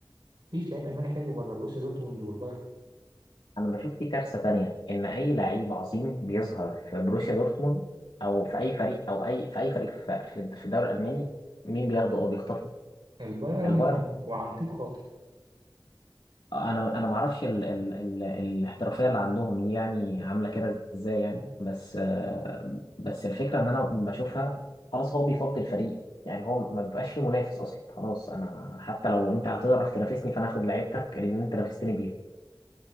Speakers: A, on the right; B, on the left.
A: مفيش لعيب الماني حلو بره بروسيا دورتموند والبايرن
B: بشوف في كارثه تانية ان اي لعيب عظيم بيظهر في بروسيا دورتموند او في اي فريق او اي في اي فريق في في الدوري الالماني مين بياخده او بيخطفه
A: البايرن
B: البايرن
A: وعن وعن طيب خاطر
B: انا انا ما اعرفش ال... ال... ال... الاحترافيه اللي عندهم دي يعني عامله كده ازاي يعني بس آه، بس الفكره ان انا بشوفها خلاص هو بيفضي الفريق يعني هو ما بيبقاش فيه منافس اصلا خلاص انا حتى لو انت هتعرف تنافسني فانا هاخد لعيبتك اللي انت نافستني بيهم